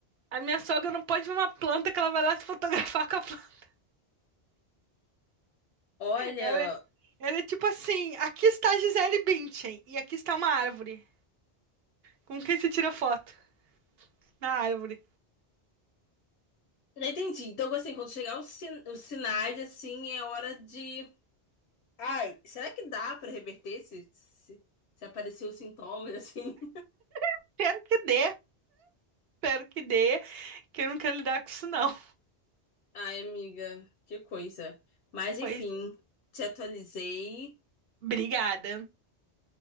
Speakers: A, on the right; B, on the left.
A: a minha sogra não pode ver uma planta que ela vai lá se fotografar com a planta.
B: Olha,
A: Ela é, ela é tipo assim: aqui está Gisele Bündchen e aqui está uma árvore. Com quem se tira foto? Na árvore.
B: já entendi. Então, assim, quando chegar os, sin os sinais, assim, é hora de. Ai, será que dá pra reverter se, se, se aparecer os sintomas, <laughs> assim?
A: Espero que dê, espero que dê, que eu não quero lidar com isso, não.
B: Ai, amiga, que coisa. Mas enfim,
A: Pois,
B: te atualizei.
A: obrigada.